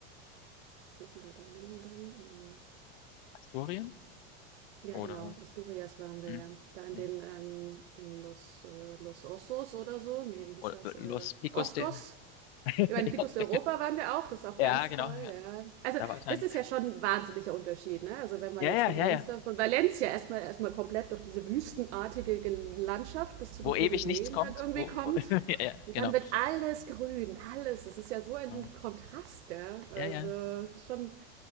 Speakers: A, on the right; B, on the left.
A: was ist denn da daneben dann? Ähm,
B: Asturien
A: ja,
B: oder,
A: genau, Asturias waren wir
B: hm,
A: ja. Da in
B: hm,
A: den, ähm, in Los, äh, Los Osos oder so. Nee, wie hieß
B: oder
A: das?
B: äh,
A: Äh,
B: Los Picos
A: Oscos.
B: de. <laughs>
A: Über den Picus Europa waren wir auch, das ist auch
B: Ja,
A: ganz
B: genau.
A: toll,
B: Ja,
A: ja. Also,
B: da war ich eigentlich.
A: das ist ja schon ein wahnsinniger Unterschied, ne? Also, wenn man
B: Ja,
A: jetzt
B: ja,
A: von
B: ja,
A: uns,
B: ja.
A: da, von Valencia erstmal, erstmal komplett durch diese wüstenartige Ge- Landschaft bis zu
B: Wo
A: den
B: ewig
A: Pyrenäen
B: nichts kommt.
A: dann irgendwie
B: Wo,
A: kommt,
B: wo, <laughs> ja, ja,
A: dann
B: genau.
A: wird alles grün, alles. Das ist ja so ein
B: <clears throat>
A: Kontrast, ja. Also,
B: Ja, ja.
A: ist schon,